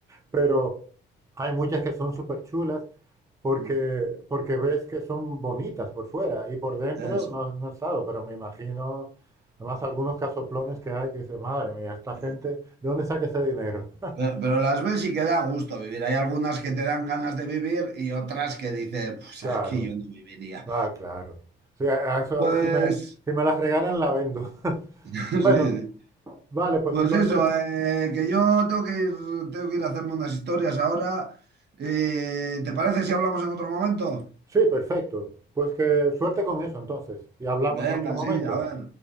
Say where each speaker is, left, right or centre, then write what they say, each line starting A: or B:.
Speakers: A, on the right; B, on the right.
A: Pero hay muchas que son súper chulas porque,
B: <laughs>
A: porque ves que son bonitas por fuera y por dentro
B: Eso.
A: no, no he estado, pero me imagino, además algunos casoplones que hay que dices, madre mía, esta
B: sí.
A: gente, ¿de dónde saca ese dinero? <laughs>
B: Pero, pero las ves y que da gusto vivir. Hay algunas que te dan ganas de vivir y otras que dices, pues
A: Claro,
B: aquí yo no viviría.
A: ah, claro. Sí, a- a eso,
B: Pues,
A: si me la- si me las regalan, la vendo. <laughs>
B: <laughs> sí,
A: Bueno,
B: sí.
A: Vale, pues
B: Pues
A: entonces,
B: eso, eh, que yo tengo que ir, tengo que ir a hacerme unas historias ahora. Eh, ¿te parece si hablamos en otro momento?
A: sí, perfecto. Pues que suerte con eso entonces. Y hablamos
B: Venga,
A: en otro momento.
B: sí, a ver,